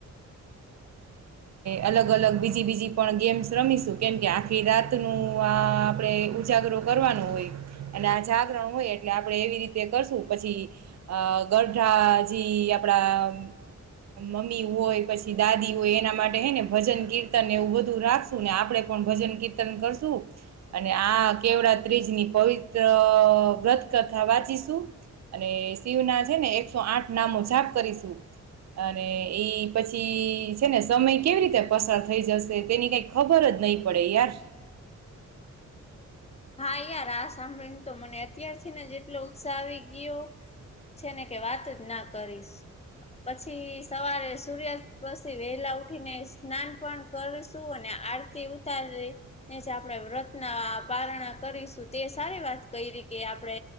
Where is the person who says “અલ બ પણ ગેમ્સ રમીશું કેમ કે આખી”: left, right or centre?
Right